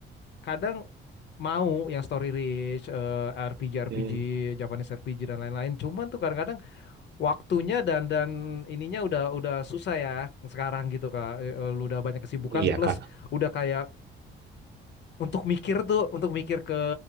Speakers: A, on the left (about 60°); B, on the right (about 60°).
A: kadang mau yang story rich, eh, RPG RPG,
B: Mm.
A: Japanese RPG dan lain-lain. Cuman tuh kadang-kadang waktunya dan dan ininya udah udah susah ya sekarang gitu Kak. Eh, eh, lu udah banyak kesibukan
B: Iya,
A: plus
B: Kak.
A: udah kayak untuk mikir tuh untuk mikir ke